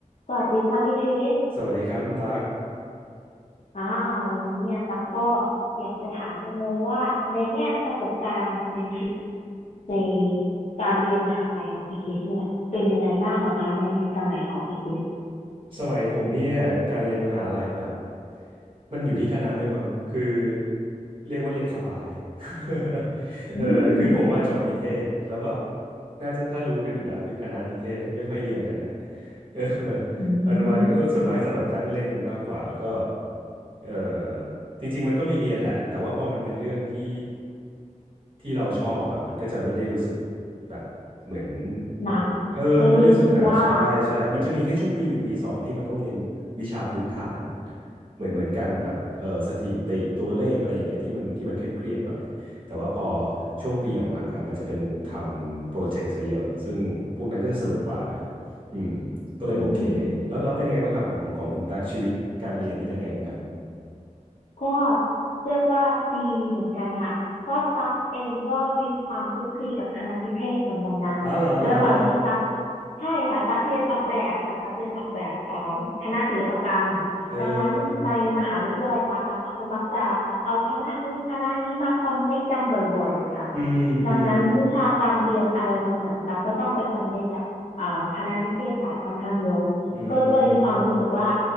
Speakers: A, on the left; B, on the right.
A: สวัสดีค่ะพี่คริส
B: สวัสดีครับคุณตั๊ก
A: อ่าวันนี้เนี่ยตักก็อยากจะถามจังเลยว่าในแง่ประสบการณ์ในชีวิตในการเรียนมหาลัยของพี่คริสเนี่ยเป็นยังไงบ้างเหรอคะในสมัยของพี่คริส
B: สมัยผมเนี่ยการเรียนมหาลัยแบบมันอยู่ที่คณะด้วยมั้งคือเรียกว่าเรียนสบาย <laughs> เออคือผมมาจบนิเทศแล้วแบบ
A: อืม
B: น่าจะถ้ารู้กันอยู่แล้วคือคณะนิเทศที่ไม่ค่อยเรียนกันอ่ะ เออ <laughs>
A: อื
B: วันวันก็ส่วนมากจะแบบนั่งเล่นกันมากกว่าแล้วก็
A: ม
B: เออจริงๆมันก็มีเรียนแหละแต่ว่าพอมันเป็นเรื่องที่ที่เราชอบแบบมันก็จะไม่ได้รู้สึกแบบเหมือน
A: หนัก
B: เหมือนเออไม่ได้รู้สึกหนักใช่ใช่มันจะมีแค่ช่วงปีหนึ่งปีสองที่มันต้องเรียนวิชาพื้นฐาน
A: ไม่ได้รู้สึกยาก
B: เหมือนเหมือนกันแบบเออสถิติตัวเลขอะไรอย่างเงี้ยที่มันที่มันเครียดๆหน่อยแต่ว่าพอช่วงปีหลังๆอ่ะมันจะเป็นทำโปรเจกต์ซะเยอะซึ่งพวกนั้นก็จะสนุกกว่าเนอะอืม ก็เลยโอเค
A: อืม
B: แล้วแล้วเป็นยังไงบ้างครับของของคุณตั๊กชีวิตการเรียนนี่เป็นไงบ้างครับ
A: ก็เรียกว่าดีเหมือนกันค่ะเพราะตักเองก็มีความคลุกคลีกับคณะนิเทศเหมือนกันนะ
B: ล้าล้าล้าล้า
A: ด้วยความที่ตักใช่ค่ะตักเรียนออกแบบค่ะตักเรียนออกแบบเอ่อคณะศิลปกรรม
B: เออ
A: ดังนั้นในมหาวิทยาลัยตักอะเขามักจะเอาคณะนู้นคณะนี้มาคอนเนคกันบ่อยๆค่ะ
B: อืมอืม
A: ดังนั้นวิชาการเรียนอะไรบางอย่างตักก็ต้องไปคอนเนคกับอ่าคณะนิเทศศาสตร์ค่อนข้างเยอะ
B: อื
A: ก็เลยมีความรู้สึกว่า
B: ม